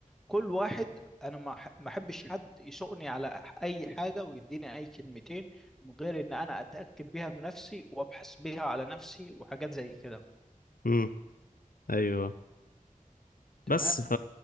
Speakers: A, in the centre; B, on the left (about 80°).
A: كل واحد انا ما أح- ما احبش حد يسوقني على اي حاجه ويديني اي كلمتين من غير ان انا اتاكد بيها بنفسي وابحث بيها على نفسي وحاجات زي كده
B: امم ايوه بس
A: تمام
B: ف